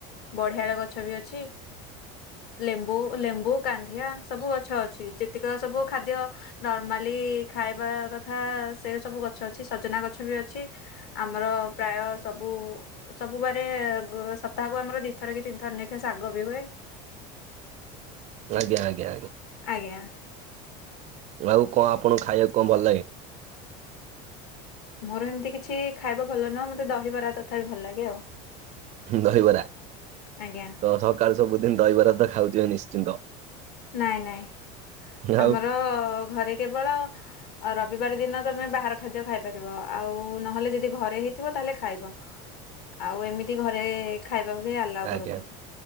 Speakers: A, on the left; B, on the right.
A: ବଢିଆଳ ଗଛ ବି ଅଛି। ଲେମ୍ବୁ ଲେମ୍ବୁ କାନ୍ଧିଆ ସବୁ ଗଛ ଅଛି ଯେତିକି ସବୁ ଖାଦ୍ୟ ନର୍ମାଲି ଖାଇବା କଥା ସେ ସବୁ ଗଛ ଅଛି ସଜନା ଗଛ ବି ଅଛି। ଆମର ପ୍ରାୟ ସବୁ ସବୁବାରେ ସପ୍ତାହକୁ ଆମର ଦିଥର କି ନେଖା ଶାଗ ବି ହୁଏ।
B: ଆଜ୍ଞା ଆଜ୍ଞା ଆଜ୍ଞା।
A: ଆଜ୍ଞା।
B: ଆଉ କଣ ଆପଣଙ୍କୁ ଖାଇବାକୁ କଣ ଭଲ ଲାଗେ?
A: ମୋର ହେମତି କିଛି ଖାଇବା ଭଲ ନୁହଁ ମତେ ଦହିବରା ତଥାପି ଭଲ ଲାଗେ ଆଉ।
B: ଦହିବରା
A: ଆଜ୍ଞା
B: ତ ସକାଳୁ ସବୁଦିନ ଦହିବରା ଖାଉଥିବେ ନିଶ୍ଚିନ୍ତ।
A: ନାଇଁ ନାଇଁ ଆମର
B: ଆଉ
A: ଘରେ କେବଳ ଆଉ ରବିବାର ଦିନ ତମେ ବାହାର ଖାଦ୍ୟ ଖାଇପାରିବ ଆଉ ନହେଲେ ଯଦି ଘରେ ହେଇଥିବ ଖାଇବ। ଆଉ ଏମିତି ଘରେ ଖାଇବାକୁ କେହି ଆଲାଓ
B: ଆଜ୍ଞା।
A: କରନ୍ତିନି।